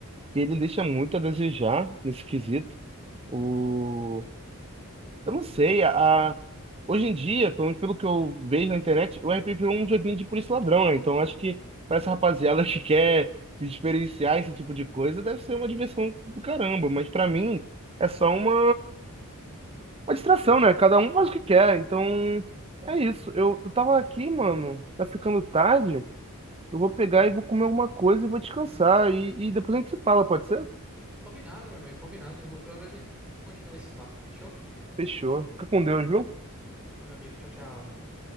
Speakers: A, on the right; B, in the centre.
A: que ele deixa muito a desejar nesse quesito. O, Eu não sei, a, a- hoje em dia, pelo menos pelo que eu vejo na internet, o RP virou um joguinho de polícia e ladrão, né? Então acho que pra essa rapaziada <laughs> que quer experienciar esse tipo de coisa, deve ser uma diversão do caramba, mas pra mim é só uma, uma distração, né? Cada um faz o que quer, então é isso. Eu, eu tava aqui, mano, tá ficando tarde, eu vou pegar e vou comer alguma coisa e vou descansar, e, e depois a gente se fala, pode ser?
B: Combinado, meu amigo, combinado. Outra hora a gente continua esse papo, fechou?
A: Fechou. Fica com Deus, viu?
B: Meu amigo, tchau, tchau.